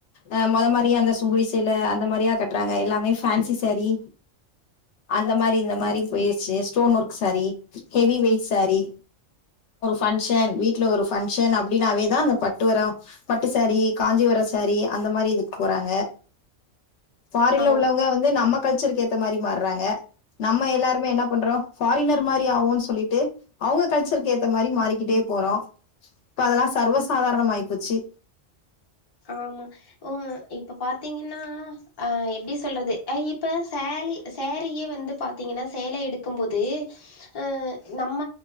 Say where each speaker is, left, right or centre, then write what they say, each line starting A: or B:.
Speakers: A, on the left; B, on the left.
A: அ மொத மாரி அந்த சுங்குடி சீல அந்த மாதிரியா கட்றாங்க எல்லாமே ஃபேன்சி சாரி அந்த மாரி இந்த மாரி பொய்ருச்சு stone work sari heavy weight sari function வீட்ல ஒரு ஃபன்க்ஷன் அப்படின்னாவேதா அந்த பட்டு வரோ பட்டு சாரி காஞ்சிபுரோ சாரி அந்த மாரி இதுக்கு போறாங்க ஃபாரின்ல
B: ஆ
A: உள்ளவங்க வந்து நம்ம கல்ச்சர்க்கு ஏத்த மாரி மாற்றாங்க நம்ம எல்லாருமே என்ன பண்றோ ஃபாரினர் மாரி ஆவோனு சொல்லிட்டு அவங்க கல்ச்சர்க்கு ஏத்த மாரி மாறி கிட்டே போறோ இப்ப அதெல்லா சர்வசாதாரணோ ஆய் போச்சு
B: ஆமா உ இப்ப பாத்திங்கன்னா அ எப்டி சொல்றது அ இப்ப சேலி சாரியே வந்து பாத்திங்கன்னா சேல எடுக்கும்போது அ நம்ம